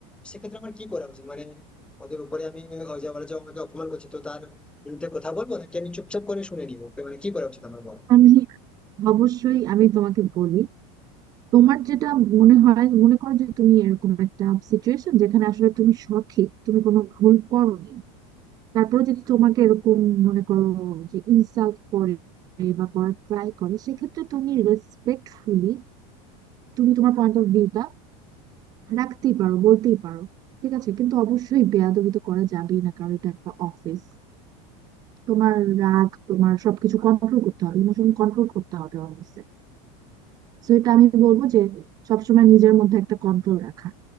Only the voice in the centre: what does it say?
সেক্ষেত্রে আমার কি করা উচিত মানে ওদের উপরে আমি ওই যে ওরা যে আমাকে অপমান করছে তো তার বিরুদ্ধে কথা বলবো নাকি আমি চুপচাপ করে শুনে নিবো ওকে মানে কি করা উচিত আমার বলো